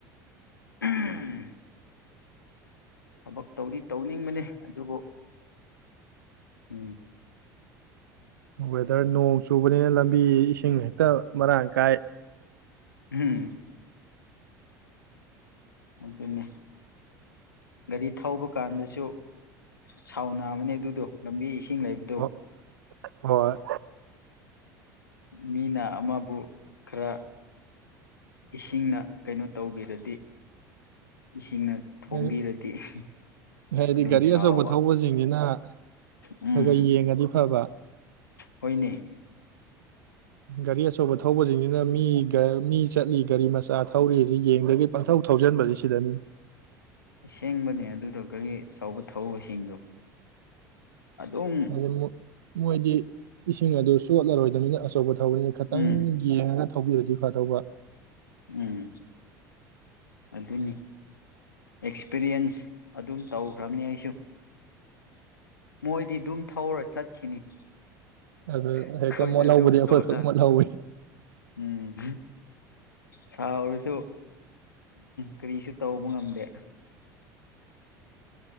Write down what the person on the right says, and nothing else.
ꯋꯦꯗꯔ ꯅꯣꯡ ꯆꯨꯕꯅꯤꯅ ꯂꯝꯕꯤ ꯏꯁꯤꯡ ꯍꯦꯛꯇ ꯃꯔꯥꯡ ꯀꯥꯏ
ꯍꯣ ꯍꯣꯏ
ꯍꯥꯏꯗꯤ ꯍꯥꯏꯗꯤ
ꯒꯥꯔꯤ
ꯑꯆꯧꯕ ꯊꯧꯕꯁꯤꯡꯁꯤꯅ ꯈꯔ
ꯈꯔ ꯌꯦꯡꯉꯗꯤ ꯐꯕ
ꯒꯥꯔꯤ ꯑꯆꯧꯕ ꯊꯧꯕꯁꯤꯡꯁꯤꯅ ꯃꯤ ꯃꯤ ꯆꯠꯂꯤ ꯒꯥꯔꯤ ꯃꯆꯥ ꯊꯧꯔꯤꯁꯤ ꯌꯦꯡꯗꯒꯤ ꯄꯪꯊꯧ ꯊꯧꯁꯤꯟꯕꯁꯦ ꯁꯤꯗꯅꯤ
ꯑ ꯃꯣꯏꯗꯤ ꯏꯁꯤꯡ ꯑꯗꯨ ꯆꯣꯠꯂꯔꯣꯏꯗꯕꯅꯤꯅ ꯑꯆꯧꯕ ꯊꯧꯔꯤꯅꯤ ꯈꯤꯇꯪ
ꯌꯦꯡꯉꯒ ꯊꯧꯕꯤꯔꯗꯤ ꯐꯗꯧꯕ
ꯑꯗꯨ
ꯍꯦꯛꯇ ꯃꯣꯠꯍꯧꯕꯗꯤ
ꯑꯩꯈꯣꯏꯈꯛ
ꯃꯣꯠꯍꯧꯋꯤ